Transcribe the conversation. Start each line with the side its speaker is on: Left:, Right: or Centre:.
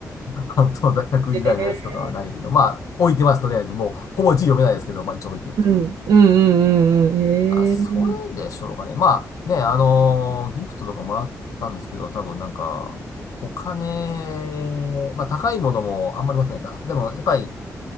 Left: 関東大学時代のやつとかはないけど、
Right: ー、
Left: まあ、置いてます、とりあえず。もう、ほぼ字読めないですけど、まあ、一応置いてると。
Right: うん、うんうんうんうん。えー、
Left: あ、それでしょうかね。まあ、ね、あのーギフトとかもらったんですけど、多分なんか、お金、まあ、高いものもあんまり持ってないか。でも、やっぱり、